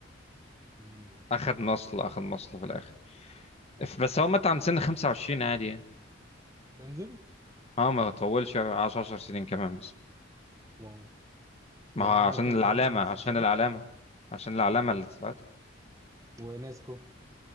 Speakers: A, on the right; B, on the left.
A: مم.
B: اخد مصل اخد مصل في الاخر ف- بس هو مات عند سن 25 عادي يعني
A: تانجيرو
B: اه ما طولش عاش 10 سنين كمان بس
A: واو يعني
B: ما هو
A: هو عمل
B: عشان
A: كل
B: العلامة
A: ده وعنده 15
B: عشان
A: سنة
B: العلامة عشان العلامة اللي طلعت
A: وناسكو